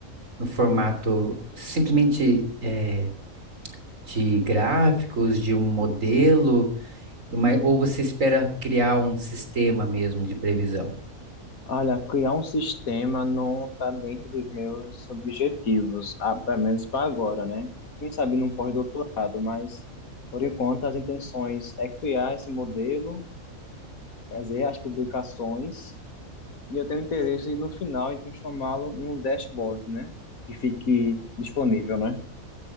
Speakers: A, on the right (about 65°); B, on the left (about 80°).
A: no formato simplesmente eh, de gráficos, de um modelo, e uma- ou você espera criar um sistema mesmo de previsão?
B: Olha, criar um sistema não está dentro dos meus objetivos, ah, pelo menos para agora, né? Quem sabe num pós-doutorado, mas por enquanto as intenções é criar esse modelo, fazer as publicações, e eu tenho interesse no final em transformá-lo em um dashboard, né? Que fique disponível, né?